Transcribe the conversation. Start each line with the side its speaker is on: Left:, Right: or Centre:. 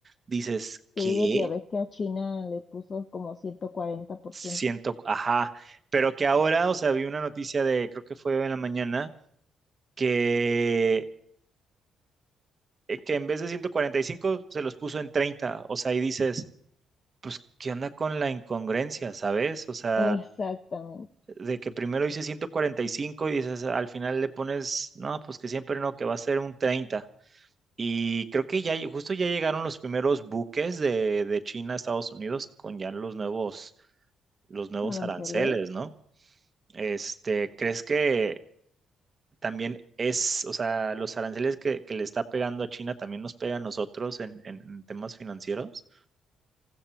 Right: dices, ¿qué?
Left: Sí, ya ves que a China le puso como 140%.
Right: siento, ajá, pero que ahora, o sea, vi una noticia de, creo que fue hoy en la mañana, que, eh, que en vez de 145 se los puso en treinta o sea, y dices, pues, ¿qué onda con la incongruencia, sabes? O sea,
Left: Exactamente,
Right: de que primero hice ciento cuarenta y cinco y dices, al final le pones, no, pues que siempre no, que va a ser un treinta Y creo que ya, justo ya llegaron los primeros buques de, de China a Estados Unidos con ya los nuevos, los nuevos
Left: aranceles.
Right: aranceles, ¿no? Este, ¿crees que también es, o sea, los aranceles que, que le está pegando a China también nos pega a nosotros en, en- en temas financieros.